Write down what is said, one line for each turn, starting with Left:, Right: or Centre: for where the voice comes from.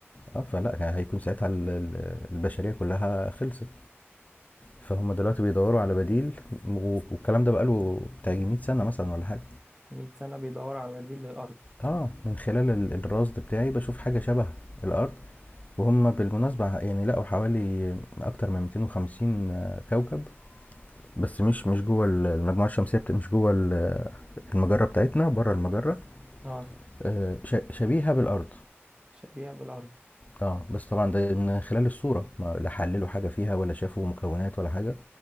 Left: اه فلا هيكون ساعتها ال- ال- البشريه كلها خلصت فهم دلوقتي بيدوروا على بديل و- والكلام ده بقاله بتاع يجي 100 سنة مثلا ولا حاجة
Right: مية سنة بيدور على بديل للأرض
Left: اه من خلال ال- الرصد بتاعي بشوف حاجة شبه الأرض وهم بالمناسبة يعني لقوا حوالي أكتر من 250 كوكب بس مش مش جوه ال- المجموعة الشمسية بت... مش جوه ال- المجرة بتاعتنا بره المجرة
Right: اه
Left: آه، ش- شبيهة بالأرض
Right: شبيهة بالأرض
Left: اه بس طبعا ده من خلال الصورة ما لا حللوا حاجة فيها ولا شافوا مكونات ولا حاجة